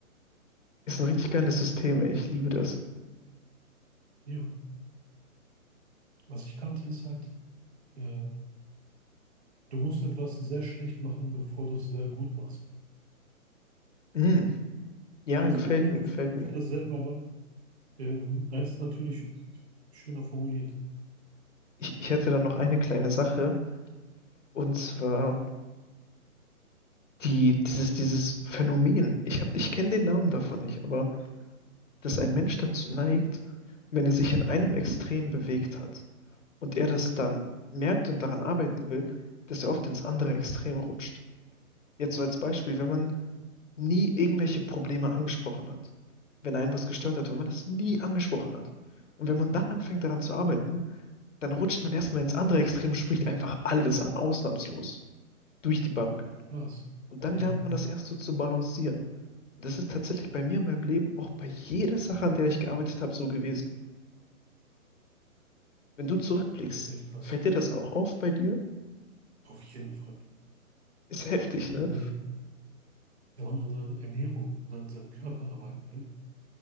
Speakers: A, on the left; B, on the right.
A: Ist ein richtig geiles System, ey, ich liebe das.
B: Ja, was ich kannte ist halt, äh, du musst etwas sehr schlecht machen, bevor du es sehr gut machst.
A: Mm, ja,
B: Ist
A: gefällt
B: u- ungef
A: mir, gefällt
B: ungefähr
A: mir.
B: dasselbe, aber ähm, eins ist natürlich schöner formuliert.
A: Ich, ich hätte dann noch eine kleine Sache und zwar die, dieses, dieses Phänomen. Ich hab, ich kenne den Namen davon nicht, aber dass ein Mensch dazu neigt, wenn er sich in einem Extrem bewegt hat und er das dann merkt und daran arbeiten will, dass er oft ins andere Extrem rutscht. Jetzt so als Beispiel, wenn man nie irgendwelche Probleme angesprochen hat. Wenn einen was gestört hat, wenn man das nie angesprochen hat. Und wenn man dann anfängt daran zu arbeiten, dann rutscht man erstmal ins andere Extrem, spricht einfach alles an, ausnahmslos, durch die Bank.
B: Krass,
A: Und dann
B: ja.
A: lernt man das erst so zu balancieren. Und das ist tatsächlich bei mir in meinem Leben auch bei jeder Sache, an der ich gearbeitet habe, so gewesen. Wenn du zurückblickst,
B: Das ist echt krass.
A: fällt dir das auch auf bei dir?
B: Auf jeden Fall.
A: Ist heftig, ne?
B: Wenn ich dauernd an seiner Ernährung und an seinem Körper arbeiten will,